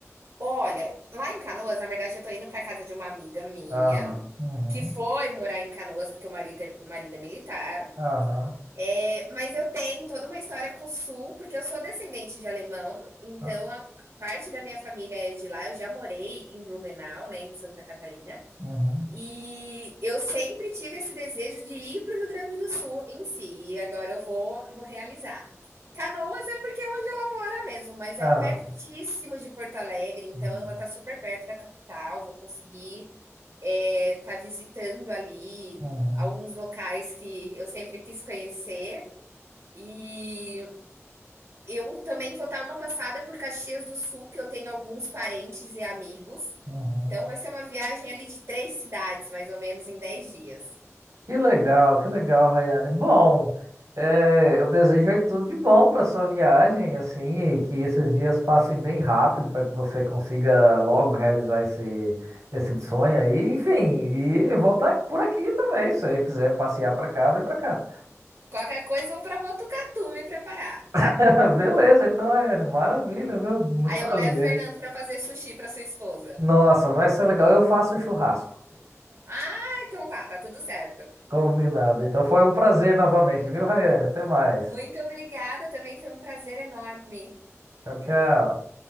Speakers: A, on the right; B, on the right.
A: Olha, lá em Canoas, na verdade, eu tô indo pra casa de uma amiga minha,
B: Aham, uhum,
A: que foi morar em Canoas, porque o marido é o marido é militar.
B: aham,
A: Eh, mas eu tenho toda uma história com o Sul, porque eu sou descendente de alemão, então
B: ah,
A: a parte da minha família é de lá. Eu já morei em Blumenau, né, em Santa Catarina,
B: uhum,
A: e eu sempre tive esse desejo de ir para o Rio Grande do Sul em si, e agora eu vou, vou realizar. Canoas é porque é onde ela mora mesmo, mas
B: aham,
A: é pertíssimo de Porto Alegre, então
B: uhum,
A: eu vou estar super perto da capital, vou conseguir eh, estar visitando ali
B: uhum,
A: alguns locais que eu sempre quis conhecer. E eu também vou dar uma passada por Caxias do Sul, que eu tenho alguns parentes e amigos.
B: uhum.
A: Então vai ser uma viagem ali de três cidades, mais ou menos, em dez dias.
B: Que legal, que legal, Rayane. Bom, é, eu desejo aí tudo de bom para sua viagem, assim, e que esses dias passem bem rápido para que você consiga logo realizar esse, esse sonho aí. Enfim, e vou estar por aqui também. Se você quiser passear para cá, vem para cá.
A: Qualquer coisa, eu vou para Botucatu me preparar.
B: <laughs> Beleza, então, Rayane, maravilha, viu? Muito
A: Aí
B: prazer.
A: eu levo o Fernando para fazer sushi para sua esposa.
B: Nossa, vai ser legal. Eu faço churrasco.
A: Ah, então tá, tá tudo certo.
B: Combinado. Então foi um prazer novamente, viu, Rayane? Até mais.
A: Muito obrigada também, foi um prazer enorme.
B: Tchau, tchau.